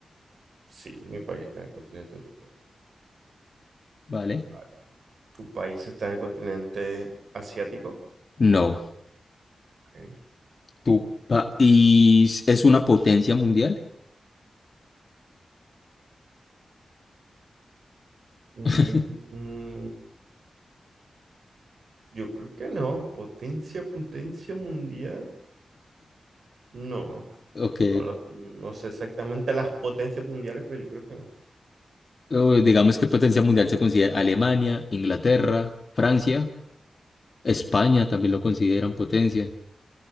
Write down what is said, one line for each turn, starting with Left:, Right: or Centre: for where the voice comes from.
Right: sí, mi país está en el continente europeo.
Left: ¿Vale?
Right: Vale. ¿Tu país está en el continente asiático?
Left: No.
Right: Ok.
Left: ¿Tu país es una potencia mundial?
Right: Mm,
Left: <laughs>
Right: yo creo que no. Potencia, potencia mundial. No.
Left: Ok.
Right: No, lo- no sé exactamente las potencias mundiales, pero yo creo que no.
Left: O digamos que potencia mundial se considera Alemania, Inglaterra, Francia, España también lo consideran potencia.